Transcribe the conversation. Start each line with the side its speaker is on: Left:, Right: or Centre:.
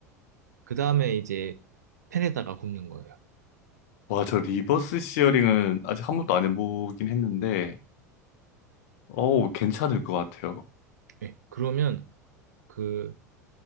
Right: 그 다음에 이제 팬에다가 굽는 거예요.
Left: 와, 저 리버스 시어링은 아직 한 번도 안 해보긴 했는데, 어우, 괜찮을 것 같아요.
Right: 예. 그러면 그